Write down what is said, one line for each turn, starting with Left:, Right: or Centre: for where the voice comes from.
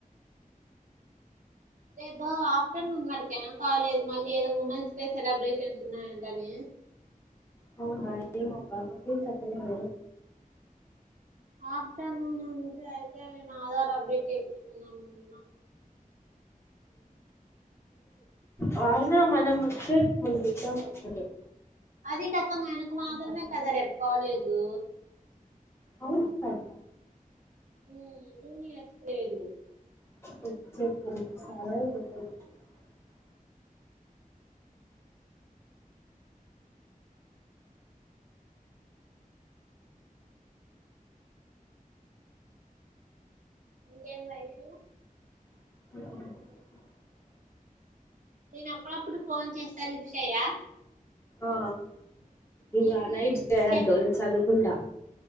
Right: రేపు ఆఫ్టర్నూన్ వరకేనా కాలేజ్ మళ్ళీ ఏదో ఉమెన్స్ డే సెలబ్రేషన్స్ ఉన్నాయంటనే
Left: అవునా ఏమబ్బ మాకు ఏం చెప్పలేదే
Right: ఆఫటర్నూన్ ఉంటే అయితే నేను ఆధార్ అప్డేట్ చేపిచ్చుకుందామనుకున్నా.
Left: వాయినా మన మచ్చ ఉ <unintelligible>
Right: అది కాకా మనకు మాత్రమే
Left: పని
Right: కదా రేపు కాలేజు
Left: అవును అదా
Right: <unintelligible> లేదు
Left: <unintelligible>
Right: ఈకేం వైషూ
Left: అ
Right: నేను అప్పుడప్పుడు ఫోన్ చేస్త లెఫ్చేయా
Left: ఆ ఇగా
Right: నీకు
Left: నైట్ చేయదు
Right: చెప్
Left: చదువుకుంటా